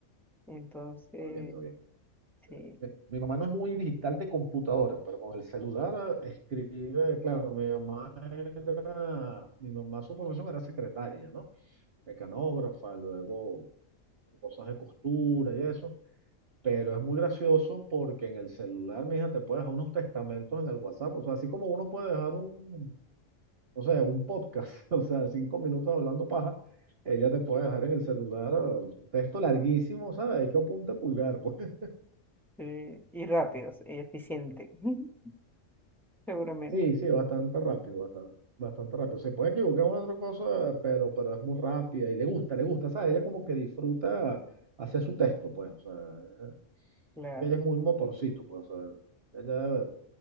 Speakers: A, in the centre; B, on the right (about 50°).
A: Entonces,
B: Todo bien, todo bien.
A: sí,
B: Mi, mi mamá no es muy digital de computadora, pero con el celular eh, escribe, claro, mi mamá era, mi mamá su profesión era secretaria, ¿no? Mecanógrafa, luego cosas de costura y eso. Pero es muy gracioso porque en el celular, mija, te puede dejar unos testamentos en el WhatsApp. O sea, así como uno puede dejar un, no sé, un podcast, <laughs> o sea, cinco minutos hablando paja, ella te puede dejar en el celular eh, un texto larguísimo, ¿sabes? Hecho a punta de pulgar, pues. <laughs>
A: eh, y rápido, sí, eficiente, <laughs> seguramente,
B: Sí, sí, bastante rápido, bastante, bastante rápido. Se puede equivocar en una otra cosa, pero, pero es muy rápida y le gusta, le gusta, ¿sabes? Ella como que disfruta hacer su texto, pues, o sea, eh,
A: claro.
B: ella es muy motorcito, pues, o sea, ella debe-